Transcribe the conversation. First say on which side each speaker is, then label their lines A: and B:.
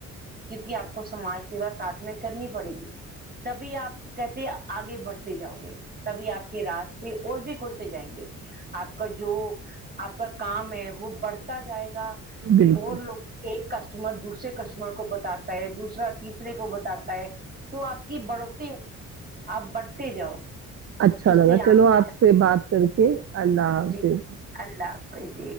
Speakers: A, on the right; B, on the right.
A: کیونکہ آپ کو سماج سیوا ساتھ میں کرنی پڑے گی تبھی آپ کہتے ہیں آگے بڑھتے جاؤ گے تبھی آپ کے راز اور بھی کھولتے جائیں گے آپ کا جو آپ کا کام ہے وہ بڑھتا جائے گا
B: بالکل
A: اور لوگ ایک کسٹمر دوسرے کسٹمر کو بتاتا ہے دوسرا تیسرے کو بتاتا ہے تو آپ کی بڑھوتی آپ بڑھتے جاؤ
B: اچھا
A: اس
B: لگا
A: سے
B: چلو
A: کے
B: آپ سے بات کر کے اللہ حافظ
A: جی اللہ حا فظ